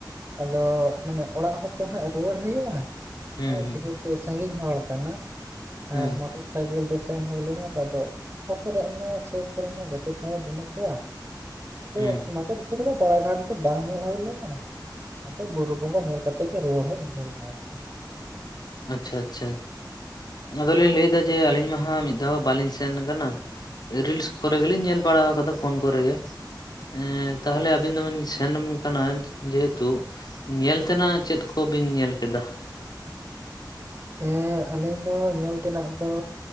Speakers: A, on the right (about 30°); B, on the left (about 60°).
A: ᱟᱫᱚ ᱢᱟᱱᱮ ᱚᱲᱟᱜ ᱦᱚᱸᱛᱚ ᱦᱟᱸᱜ ᱨᱩᱣᱟᱹᱲ ᱦᱩᱭᱩᱜᱼᱟ᱾
B: ᱦᱩᱸ
A: ᱟᱨ
B: ᱦᱩᱸ
A: ᱡᱮᱦᱮᱛᱩ ᱥᱟᱺᱜᱤᱧ ᱦᱚᱲ ᱠᱟᱱᱟ
B: ᱦᱩᱸ
A: ᱟᱨ ᱢᱚᱴᱚᱨ ᱥᱟᱭᱠᱮᱞ ᱫᱚ ᱥᱮᱱ ᱦᱩᱭ ᱞᱮᱱᱟ ᱛᱚ ᱟᱫᱚ ᱛᱟᱨᱯᱚᱨᱮ ᱚᱱᱟ ᱥᱩᱨ ᱠᱚᱨᱮᱱ ᱦᱚᱸ ᱜᱟᱛᱮ ᱠᱚᱦᱚᱸ ᱵᱟᱹᱱᱩᱜ ᱠᱚᱣᱟ᱾ ᱟᱫᱚ
B: ᱦᱩᱸ
A: ᱚᱱᱟ ᱠᱚ ᱫᱤᱥᱟᱹ ᱠᱟᱫᱟ ᱵᱟᱲᱟ ᱜᱷᱟᱴ ᱫᱚ ᱵᱟᱝ ᱧᱮᱞ ᱦᱩᱭ ᱞᱮᱱᱟ ᱟᱫᱚ ᱵᱩᱨᱩ ᱵᱚᱸᱜᱟ ᱧᱮᱞ ᱦᱩ ᱠᱟᱛᱮ ᱜᱮ ᱨᱩᱟᱹᱲ ᱦᱮᱡ ᱦᱩᱭᱱᱟ ᱟᱨᱠᱤ
B: ᱟᱪᱪᱷᱟ ᱟᱪᱪᱷᱟ
A: ᱦᱳᱭ
B: ᱟᱫᱚᱞᱤᱧ ᱞᱟᱹᱭ ᱮᱫᱟ ᱡᱮ ᱟᱹᱞᱤᱧᱢᱟᱦᱟᱸ ᱢᱤᱫ ᱫᱷᱟᱣ ᱦᱚᱸ ᱵᱟᱞᱤᱧ ᱥᱮᱱ ᱟᱠᱟᱱᱟ
A: ᱟᱪᱪᱷᱟ
B: ᱨᱤᱞᱥ
A: ᱟᱪᱪᱷᱟ
B: ᱠᱚᱨᱮ ᱜᱮᱞᱤᱧ ᱧᱮᱞ ᱵᱟᱲᱟᱣ ᱟᱠᱟᱫᱟ ᱯᱷᱳᱱ ᱠᱚᱨᱮ ᱜᱮ
A: ᱟᱪᱪᱷᱟ
B: ᱮᱸ
A: ᱟᱪᱪᱷᱟ᱾
B: ᱛᱟᱦᱚᱞᱮ ᱟᱵᱤᱱ ᱫᱚᱵᱤᱱ ᱥᱮᱱ ᱠᱟᱱᱟ ᱡᱮᱦᱮᱛᱩ ᱧᱮᱞ
A: ᱦᱳᱭ
B: ᱛᱮᱱᱟᱜ ᱪᱮᱫ ᱠᱚᱵᱤᱱ ᱧᱮᱞ ᱠᱮᱫᱟ᱾
A: ᱦᱮᱸ ᱟᱹᱞᱤᱧ ᱫᱚ ᱧᱮᱞ ᱛᱮᱱᱟᱜ ᱫᱚ